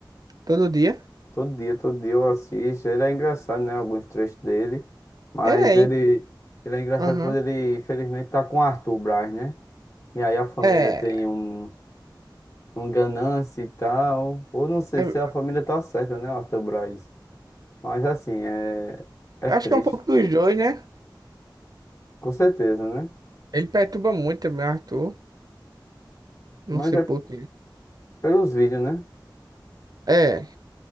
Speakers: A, on the right (about 50°); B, on the left (about 40°).
A: Todo dia.
B: Todo dia, todo dia eu assisto. Ele é engraçado, né? Alguns trechos dele. Mas
A: É,
B: ele,
A: hein?
B: ele é engraçado
A: Aham.
B: quando ele, infelizmente, tá com o Arthur Braz, né? E aí a família
A: É,
B: tem um, um ganância e tal. Ou não sei
A: eu
B: se a família tá certa, né? Arthur Braz. Mas assim, é, é
A: acho
B: triste.
A: que é um pouco dos dois, né?
B: Com certeza, né?
A: Ele perturba muito também, o Arthur.
B: Mas
A: Não sei
B: é
A: por quê.
B: pelos vídeos, né?
A: É,